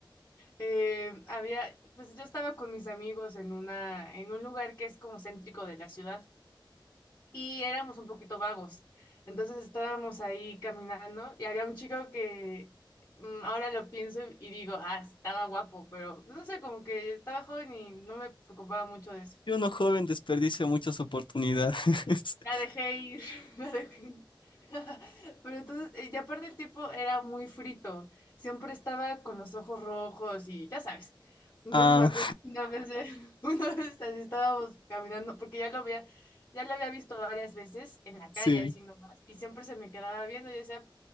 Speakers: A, on the left (about 35°); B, on the left (about 70°).
A: eh, había, pues yo estaba con mis amigos en una, en un lugar que es como céntrico de la ciudad. y éramos un poquito vagos. Entonces estábamos ahí caminando y había un chico que mm, ahora lo pienso y digo, ah, estaba guapo, pero no sé, como que estaba joven y no me preocupaba mucho de eso.
B: Y uno joven desperdicia muchas oportunidades. <laughs>
A: La dejé ir, <laughs> la dejé ir. <laughs> Pero entonces, eh, ya aparte el tiempo era muy frito, siempre estaba con los ojos rojos y ya sabes. Entonces
B: Ah,
A: me acuerdo que una vez, eh, <laughs> una vez así estábamos caminando, porque ya lo había, ya lo había visto varias veces en la calle,
B: <laughs>
A: así
B: sí.
A: nomás, y siempre se me quedaba viendo y yo decía,